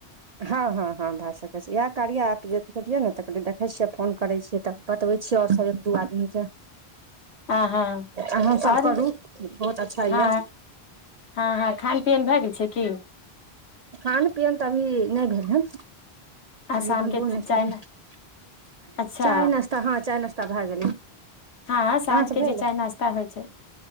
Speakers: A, on the right; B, on the left.
A: हँ हँं भए सकै छै, इएह कार्य ऐप जे तऽ कहल देखे छियै फोन करे छी। से तऽ बतबई छी ओर सब एक दू आदमी के
B: हँ हँ
A: अहूँसभ
B: आओर
A: करू बहुत अच्छा
B: हँ
A: यए।
B: हँ -हँ खान पियन भए गेल छै की?
A: खान पियन तऽ अभी नहि भेल हन।
B: आ
A: अभी
B: शाम
A: बनबो
B: के
A: नहि
B: चाय
A: केलियै,
B: मे
A: चाय
B: अच्छा
A: नस्त तऽ हँ चायि नश्ता भए गेलै।
B: हँ साँझ
A: अहाँके
B: के
A: भेल
B: जे चाय नाश्ता होइ छै,